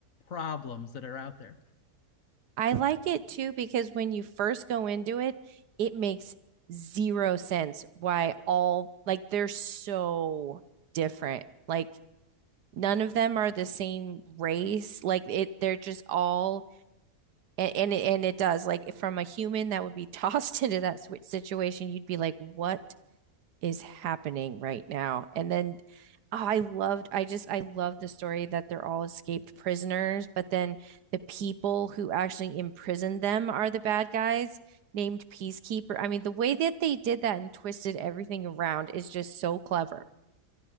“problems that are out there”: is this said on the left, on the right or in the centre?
Left